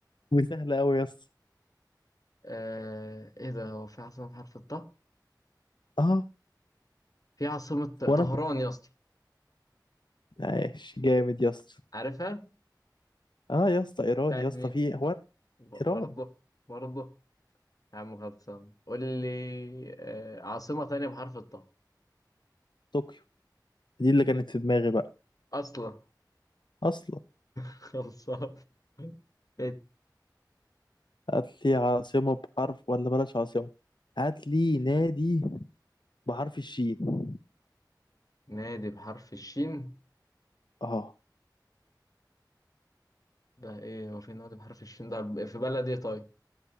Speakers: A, on the left (about 85°); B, on the left (about 50°).
A: وسهلة أوي يس
B: آه ايه ده هو في عاصمة بحرف الطاء
A: أه
B: في عاصمة
A: وأنا
B: طهران يا اسطى
A: عايش جامد يا اسطى
B: عارفها
A: اه يا اسطى ايران
B: بتاعت
A: يا
B: مين
A: اسطى في هو
B: ب- برضه
A: ايران
B: برضه يا عم خلصان قول لي آه عاصمة تانية بحرف الطاء
A: طوكيو دي اللي كانت في دماغي بقى
B: اصلا
A: اصلا
B: <laughs> خلصان إيه؟
A: هات لي عاصمه بحرف ولا بلاش عاصمه هات لي نادي بحرف الشين
B: نادي بحرف الشين
A: اه
B: ده ايه هو في نادي بحرف الشين ده ب- في بلد ايه طيب